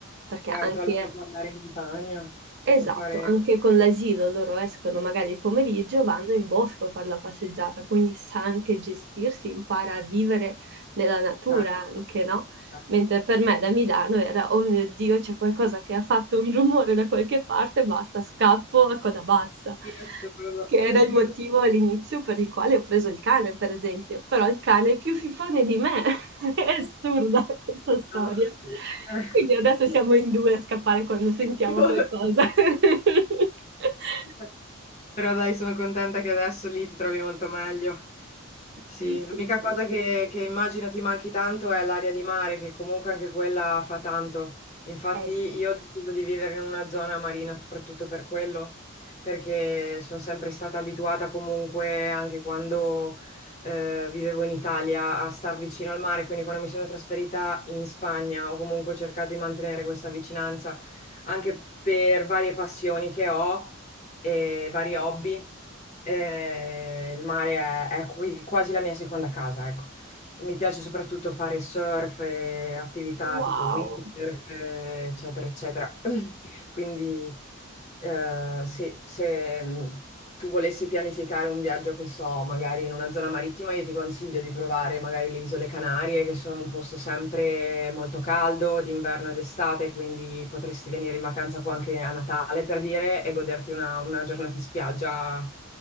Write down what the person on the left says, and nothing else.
Certo,
almeno può andare in montagna,
può fare...
Cioè,
cioè,
sì, è solo
così.
No. Eh.
Ecco.
<laughs> Però dai, sono contenta che adesso lì ti trovi molto meglio. Sì,
l'unica
cosa che, che immagino ti manchi tanto è l'aria di mare, che comunque anche quella fa tanto. Infatti
io ho deciso di vivere in una zona marina soprattutto per quello, perché sono sempre stata abituata comunque, anche quando eh, vivevo in Italia, a star vicino al mare, quindi quando mi sono trasferita in Spagna ho comunque cercato di mantenere questa vicinanza anche per varie passioni che ho e vari hobby. Eh, il mare è, è qui- quasi la mia seconda casa, ecco. E mi piace soprattutto fare surf e attività
tipo windsurf, eh, eccetera, eccetera. <laughs> Quindi, eh, sì, se mh, tu volessi pianificare un viaggio, che so, magari in una zona marittima, io ti consiglio di provare magari le Isole Canarie, che sono un posto sempre molto caldo, d'inverno ed estate, quindi potresti venire in vacanza qua anche a Natale, per dire, e goderti una, una giornata in spiaggia